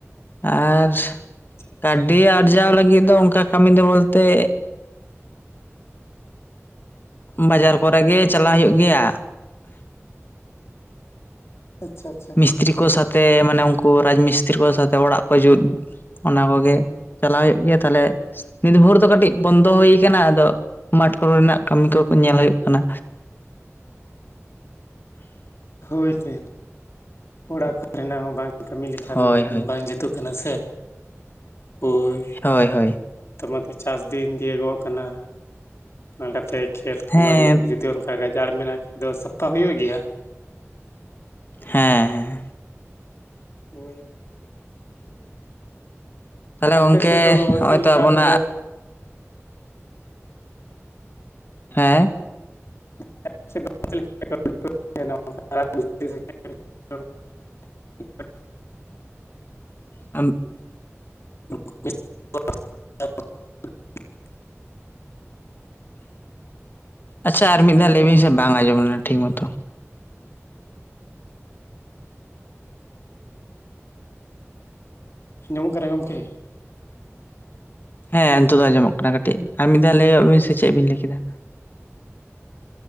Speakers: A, on the left (about 45°); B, on the left (about 60°).
A: ᱟᱨ
B: ᱟᱪᱪᱷᱟ
A: ᱠᱟᱹᱣᱰᱤ ᱟᱨᱡᱟᱣ ᱞᱟᱹᱜᱤᱫ ᱫᱚ ᱚᱱᱠᱟ ᱠᱟᱹᱢᱤ ᱫᱚ ᱵᱚᱞᱛᱮ ᱵᱟᱡᱟᱨ ᱠᱚᱨᱮᱜ ᱜᱮ ᱪᱟᱞᱟᱜ ᱦᱩᱭᱩᱜ ᱜᱮᱭᱟ᱾
B: ᱟᱪᱪᱷᱟ ᱟᱪᱪᱷᱟ
A: ᱢᱤᱥᱛᱨᱤ ᱠᱚ ᱥᱟᱛᱮ ᱢᱟᱱᱮ ᱩᱱᱠᱩ ᱨᱟᱡᱽ ᱢᱤᱥᱛᱨᱤ ᱠᱚ ᱥᱟᱛᱮᱜ ᱚᱲᱟᱜ ᱠᱚ ᱡᱩᱛ ᱚᱱᱟ ᱠᱚᱜᱮ ᱪᱟᱞᱟᱣ ᱦᱩᱭᱩᱜ ᱜᱮᱭᱟ ᱛᱟᱦᱞᱮ ᱱᱤᱨᱵᱷᱳᱨ ᱫᱚ ᱠᱟᱹᱴᱤᱡ ᱵᱚᱱᱫᱚ ᱦᱩᱭ ᱠᱟᱱᱟ᱾ ᱟᱫᱚ ᱢᱟ ᱛᱟᱨᱯᱚᱨᱮᱱᱟᱜ ᱠᱟᱹᱢᱤ ᱠᱚ ᱧᱮᱞ ᱦᱩᱭᱩᱜ ᱠᱟᱱᱟ᱾
B: ᱦᱳᱭ ᱛᱮ ᱚᱲᱟᱜ ᱠᱚᱱᱟᱜ ᱦᱚᱸ ᱵᱟᱝ ᱠᱟᱹᱢᱤ ᱞᱮᱠᱷᱟᱱ
A: ᱦᱳᱭ ᱦᱳᱭ
B: ᱵᱟᱝ ᱡᱩᱛᱩᱜ ᱠᱟᱱᱟ ᱥᱮ ᱦᱳᱭ!
A: ᱦᱳᱭ ᱦᱳᱭ
B: ᱛᱟᱢᱟ ᱛᱚ ᱪᱟᱥ ᱫᱤᱱ ᱫᱤᱭᱳᱚᱜ ᱠᱟᱱᱟ ᱚᱱᱟᱛᱮ ᱠᱷᱮᱛ ᱠᱚ
A: ᱦᱮᱸ
B: ᱵᱟᱲᱤᱭᱟᱹ ᱠᱚ
A: ᱦᱮᱸ
B: ᱡᱩᱫᱤ ᱚᱱᱠᱟ ᱜᱟ ᱡᱟᱲ ᱢᱮᱱᱟᱜ ᱠᱷᱟᱡ ᱫᱚ ᱥᱟᱯᱷᱟ ᱦᱩᱭᱩᱜ ᱜᱮᱭᱟ᱾
A: ᱦᱮᱸ ᱦᱮᱸ
B: ᱦᱳᱭ
A: ᱛᱟᱦᱚᱞᱮ
B: ᱟᱯᱮ
A: ᱜᱚᱝᱠᱮ
B: ᱥᱮᱫ ᱫᱚ
A: ᱦᱚᱸᱜᱼᱚᱭ
B: ᱪᱮᱫ
A: ᱛᱚ
B: ᱞᱮᱠᱟ
A: ᱟᱵᱚᱱᱟᱜ
B: ᱛᱚᱵᱮ
A: ᱦᱮᱸ
B: <unintelligible> <unintelligible>
A: ᱟᱢ
B: <unintelligible>
A: ᱟᱪᱪᱷᱟ ᱟᱨ ᱢᱤᱫ ᱫᱷᱟᱣ ᱞᱟᱹᱭ ᱵᱤᱱ ᱥᱮ ᱵᱟᱝ ᱟᱸᱡᱚᱢ ᱞᱮᱱᱟ᱾ ᱴᱷᱤᱠ ᱢᱚᱛᱚ᱾
B: ᱧᱟᱢᱚᱜ ᱠᱟᱱᱟ ᱜᱚᱢᱠᱮ
A: ᱦᱮᱸ ᱱᱤᱛᱚᱜ ᱫᱚ ᱟᱸᱡᱚᱢᱚᱜ ᱠᱟᱱᱟ ᱠᱟᱹᱴᱤᱡ ᱟᱨ ᱢᱤᱫ ᱫᱷᱟᱣ ᱞᱟᱹᱭᱚᱜ ᱵᱤᱱ ᱥᱮ ᱪᱮᱫ ᱵᱤᱱ ᱞᱟᱹᱭ ᱠᱮᱫᱟ᱾